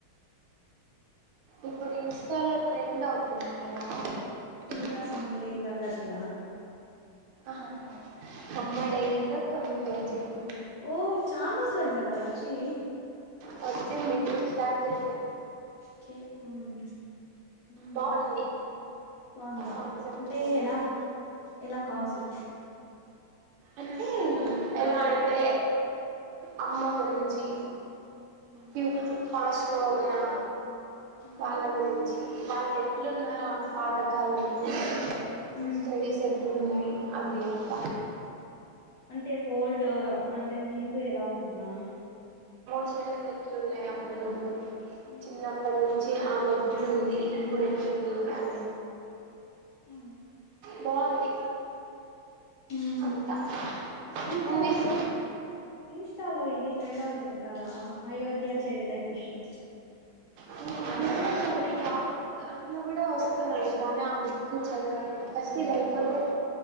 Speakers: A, on the right; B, on the left.
A: ఇప్పుడు ఇన్స్టాలో ట్రెండ్ అవుతుంది కదా
B: తీరా
A: ఏంది
B: సమీరే గంగా తీరానా
A: అదా అమ్మాయి డైరీలో కొన్ని పేజీలు
B: ఓయ్ చాన రోజులు అయింది కదా అది వచ్చి
A: వచ్చిందిప్పుడు స్టార్ట్ చేసా
B: కే బాగుందా హ్మ్మ్
A: బాగుంది
B: బాగుందా
A: కాన్సెప్ట్
B: అంటే
A: బాగుంది
B: ఎలా ఎలా కాన్సెప్ట్ ప
A: అంటే ఎలా అంటే అమ్మ గురించి
B: ఉమ్
A: గివ్ మనస్లో ఉన్నా
B: ఉమ్
A: వాళ్ళ గురించి వాళ్లు ఎట్లా ఉన్నార ఆ పాతకాలం నుండి ఉహు
B: ఉమ్
A: స్టడీస్ ఎ ఉన్నాయి అది ఎంత
B: అంటే ఓల్డ్ అంటే ముందు ఎలా ఉన్నా
A: ఎండలు ఎట్ల ఉన్నాయి అప్పుడు
B: ఉమ్
A: చిన్నపుడు ను నుంచి ఆమెట్లు ఉంది ఇప్పుడు ఎట్లా ఉన్నాయి
B: ఆ
A: బాగుంది
B: హ
A: అంతా
B: ఇంకా
A: మూవీస్
B: ఇది ఇన్స్టా లో ఇది ఫ్రెండ్ అవుతుంది కదా అయోధ్య చేరిన కృష్ణన్
A: అది కూడా కొన్ని బా దాంట్లో కూడా వస్తున్నాయి కానీ ఆ బుక్ చదవలేను ఫస్ట్ ఇది అయిపోతే